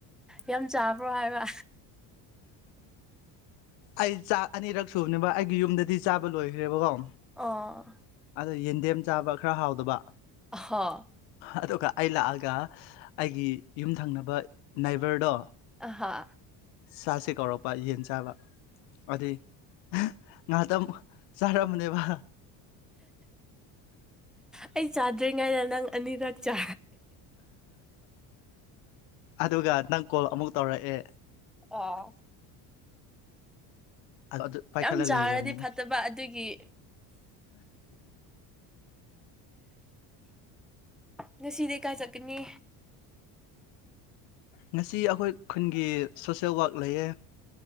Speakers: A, in the centre; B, on the left (about 75°).
A: ꯌꯥꯝ ꯆꯥꯕ꯭ꯔꯣ ꯍꯥꯏꯕ
B: ꯑꯩ ꯆꯥꯛ ꯑꯅꯤꯔꯛ ꯁꯨꯕꯅꯦꯕ ꯑꯩꯒꯤ ꯌꯨꯝꯗꯗꯤ ꯆꯥꯕ ꯂꯣꯏꯈ꯭ꯔꯦꯕꯀꯣ
A: ꯑꯥ
B: ꯑꯗꯣ ꯌꯦꯟꯗꯦꯝ ꯆꯥꯕ ꯈꯔ ꯍꯥꯎꯗꯕ
A: ꯍ
B: ꯑꯗꯨꯒ ꯑꯩ ꯂꯥꯛꯑꯒ ꯑꯩꯒꯤ ꯌꯨꯝ ꯊꯪꯅꯕ ꯅꯥꯏꯕꯔꯗꯣ
A: ꯍꯥ
B: ꯁꯥꯁꯦ ꯀꯧꯔꯛꯄ ꯌꯦꯟ ꯆꯥꯕ ꯑꯗꯨꯗ ꯉꯍꯥꯛꯇ ꯆꯔꯝꯕꯅꯦꯕ
A: ꯑꯩ ꯆꯥꯗ꯭ꯔꯤꯉꯩꯗ ꯅꯪ ꯑꯅꯤꯔꯛ ꯆꯥ
B: ꯑꯗꯨꯒ ꯅꯪ ꯀꯣꯜ ꯑꯃꯨꯛ ꯇꯧꯔꯛꯑꯦ
A: ꯑꯥ
B: ꯑꯗꯨ ꯄꯥꯏꯈꯠꯂ
A: ꯌꯥꯝ ꯆꯥꯔꯗꯤ
B: ꯂꯩꯔꯕꯅꯦ
A: ꯐꯠꯇꯕ ꯑꯗꯨꯒꯤ ꯉꯁꯤꯗꯤ ꯀꯥꯏ ꯆꯠꯀꯅꯤ
B: ꯉꯁꯤ ꯑꯈꯣꯏ ꯈꯨꯟꯒꯤ ꯁꯣꯁꯦꯜ ꯋꯥꯛ ꯂꯩꯌꯦ